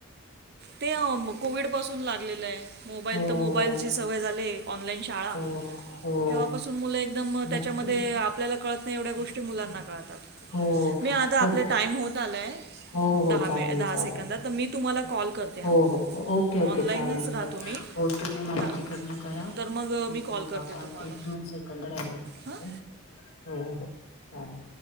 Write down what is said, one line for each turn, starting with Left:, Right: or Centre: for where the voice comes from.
Right: ते कोव्हिड पासून लागलेल आहे मोबाईल
Left: हो
Right: तर मोबाईलची सवय झालीय. ऑनलाईन शाळा.
Left: हो हो
Right: तेव्हापासून मुल एकदम त्याच्यामध्ये
Left: मग
Right: आपल्याला कळत नाही एवढ्या गोष्टी मुलांना कळतात.
Left: हो
Right: मी आता आपले
Left: <unintelligible>
Right: टाईम होत आलाय
Left: हो हो
Right: दहा
Left: चालेल
Right: मि दहा
Left: चालेल
Right: सेकंदात तर मी तुम्हाला कॉल करते. हां
Left: हो हो ओके ओके
Right: ऑनलाईनच
Left: चालेल
Right: राहतो
Left: काय
Right: मी
Left: हो तुम्ही मला
Right: ता
Left: तिकडन करा मग
Right: तर मी
Left: बोलू.
Right: कॉल करते
Left: या कॉलचे
Right: तुम्हाला
Left: एक दोन सेकंद राहिले फक्त
Right: हां
Left: हो हो चालेल.